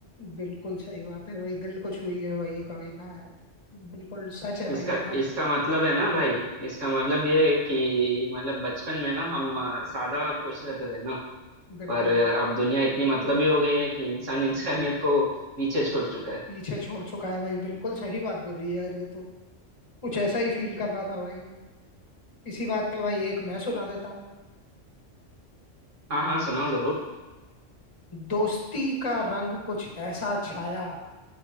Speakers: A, on the left; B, on the right.
A: बिल्कुल सही बात है भाई दिल को छुई है भाई ये कविता यार बिल्कुल सच है
B: इसका
A: भाई ये तो
B: इसका मतलब है ना भाई इसका मतलब ये है कि मतलब बचपन में ना हम अ, सादा और खुश रहते थे ना
A: बिल्कुल
B: पर अ, अब दुनिया इतनी मतलबी हो गई है कि इंसान इंसानियत को पीछे छोड़ चुका है
A: पीछे छोड़ चुका है भाई बिल्कुल सही बात बोली है यार ये तो कुछ ऐसा ही फील कर रहा था भाई मैं। इसी बात पे भाई एक मैं सुना देता हूँ
B: हाँ हाँ सुनाओ जरूर
A: दोस्ती का रंग कुछ ऐसा छाया